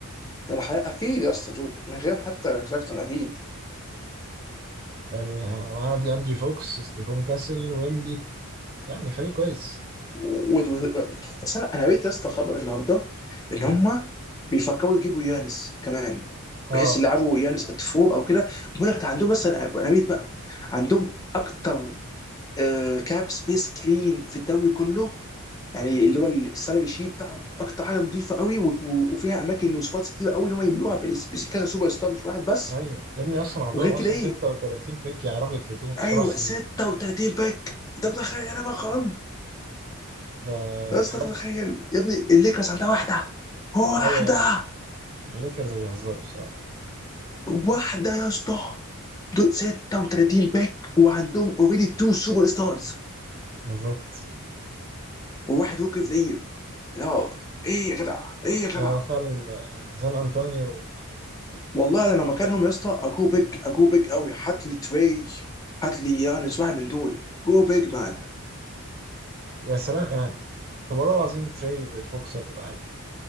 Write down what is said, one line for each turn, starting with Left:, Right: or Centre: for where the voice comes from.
Left: أنا حقيقة- اكيد يا اسطى دود من غير حتى ساكتون اكيد
Right: يعني وأنا دي أندري فوكس ستيفون كاسل ويمبي يعني فريق كويس
Left: و- و- و- بس انا انا قريت يا اسطى خبر النهارده ان
Right: مم.
Left: هم بيفكروا يجيبوا يانس كمان
Right: اه
Left: بحيث يلعبوا يانس اتفور او كده بيقول لك ده عندهم مثلا انا قريت بقى عندهم اكتر آه، كاب سبيس كلين في الدوري كله يعني اللي هو السالري شيت بتاعهم اكتر حاجه نظيفه قوي و- و- وفيها اماكن وسبوتس كتير قوي ان هم يملوها بس- بس كذا سوبر ستار مش واحد بس
Right: ايوه يا ابني اصلا عندهم
Left: وغير
Right: اصلا
Left: كده ايه
Right: 36 بيك يعرفوا يتردوهم في
Left: ايوه
Right: سبع سنين
Left: 36 باك انت متخيل انا رقم
Right: ده
Left: يا اسطى
Right: تخلف
Left: تتخيل يا ابني الليكرز عندها واحده واحده
Right: ايوه الليكرز بيهزروا بصراحه
Left: واحده يا اسطى دول 36 باك وعندهم اوريدي تو سوبر ستارز
Right: بالظبط
Left: وواحد ووك اوف ذا يير لا ايه يا جدع ايه يا جدع
Right: يا فعلا يعني سان انطونيو
Left: والله انا لو مكانهم
Right: باك.
Left: يا اسطى اجو بيج اجو بيج قوي هات لي تري هات لي يانس واحد من دول جو بيج مان
Right: يا سلام يعني طب والله العظيم تري فوكس هتبقى حلو